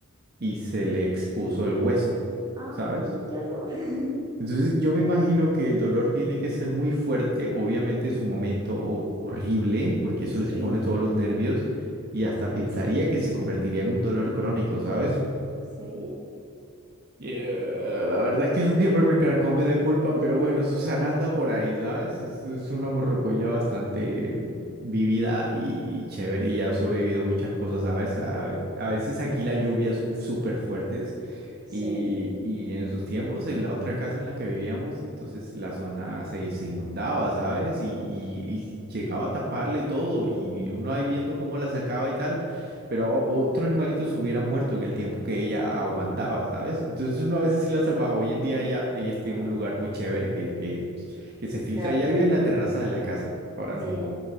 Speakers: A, on the right; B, on the right.
A: y se le expuso el hueso,
B: Ay,
A: ¿sabes?
B: qué horror. <laughs>
A: Entonces yo me imagino que el dolor tiene que ser muy fuerte, obviamente en su momento ho- horrible, porque eso
B: Sí,
A: le expone todos los nervios y hasta pensaría que se convertiría en un dolor crónico, ¿sabes?
B: sí,
A: Yeah, la verdad es que eso siempre me carcome de culpa,
B: <laughs>
A: pero bueno, Susana anda por ahí, ¿sabes? Es, es una morrocoya bastante vivida y chévere y ha sobrevivido muchas cosas, ¿sabes? A, a veces aquí las lluvias son súper fuertes
B: sí.
A: y, y en sus tiempos, en la otra casa en la que vivíamos, entonces la zona se, se inundaba, ¿sabes? Y, y- y llegaba a taparle todo y uno ahí viendo cómo la sacaba y tal pero otro animalito se hubiera muerto en el tiempo que ella aguantaba, ¿sabes? Entonces uno a veces sí la salvaba. Hoy en día ella, ella está
B: Mm,
A: en un lugar muy chévere que, que, que se filtra.
B: ¿Le adaptaron?
A: Ella vive en la terraza de la casa ahora
B: Sí,
A: mismo